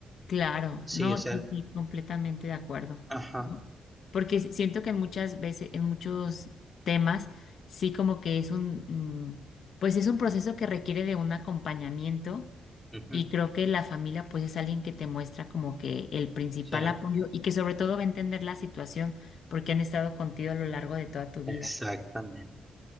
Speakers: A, on the left; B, in the centre.
A: claro,
B: Sí,
A: no,
B: o sea,
A: sí, sí, completamente de acuerdo,
B: ajá,
A: ¿no? Porque si- siento que en muchas veces, en muchos temas, sí como que es un, mm, pues es un proceso que requiere de un acompañamiento
B: ujú,
A: y creo que la familia pues es alguien que te muestra como que el principal
B: sí,
A: apoyo y que sobre todo va a entender la situación porque han estado contigo a lo largo de toda tu vida.
B: exactamente.